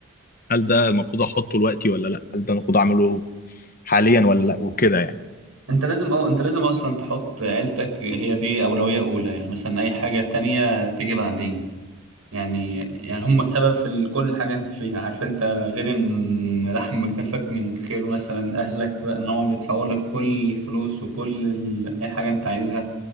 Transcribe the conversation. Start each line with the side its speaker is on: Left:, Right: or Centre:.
Left: هل ده المفروض احطه لوقتي ولا لا هل ده المفروض اعمله حاليا ولا لا وكده يعني
Right: انت لازم اه انت لازم اصلا تحط عيلتك هي دي اولوية اولى يعني مثلا اي حاجة تانية تيجي بعدين يعني يعني هم السبب في ال- كل حاجة انت فيها عارف انت غير ان لحم كفك من خير مثلا اهلك بقى ان هم بيدفعوا لك كل الفلوس وكل ال... اي حاجة انت عايزها